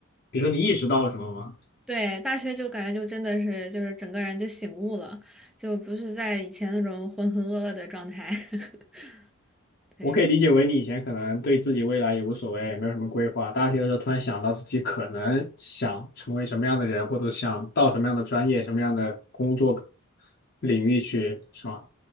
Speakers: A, on the left; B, in the centre.
A: 比如说你意识到了什么吗？
B: 对，大学就感觉就真的是就是整个人就醒悟了，就不是在以前那种浑浑噩噩的状态。<laughs> 对，
A: 我可以理解为你以前可能对自己未来也无所谓，也没有什么规划。大学的时候突然想到自己可能想成为什么样的人，或者想到什么样的专业、什么样的工作领域去，是吗？